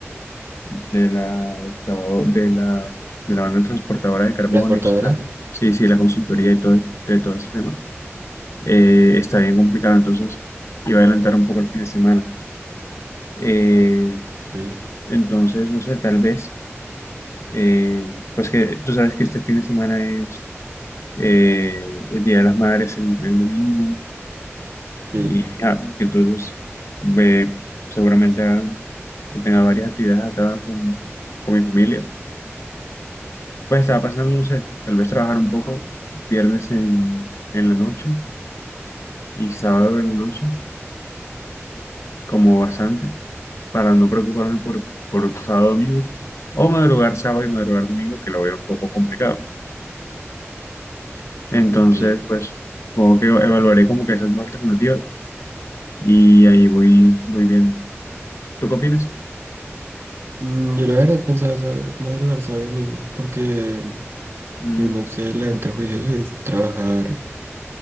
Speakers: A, on the left; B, on the right.
A: de la, excavado- de la, de la banda transportadora de carbón
B: ¿Transportadora?
A: y esa- la- sí, sí, la consultoría y todo, de todo ese tema, eh, está bien complicado, entonces iba a adelantar un poco el fin de semana. Eh,
B: Veo.
A: entonces, no sé, tal vez, eh, pues que tú sabes que este fin de semana es eh, el Día de las Madres, el, el domingo,
B: Sí,
A: y ah, entonces eh, seguramente ah, tenga varias actividades acá con, con mi familia Pues estaba pensando, no sé, tal vez trabajar un poco viernes en, en la noche y sábado en la noche, como bastante, para no preocuparme por, por sábado, domingo, o madrugar sábado y madrugar domingo, que lo veo un poco complicado. Entonces,
B: ok.
A: pues, supongo que evaluaré como que esas dos alternativas y ahí voy, voy bien. ¿Tú qué opinas?
B: Mm, Yo la verdad pensaba sa- madrugar sábado y domingo porque
A: Mm,
B: si uno se levanta a juicios es trabajar.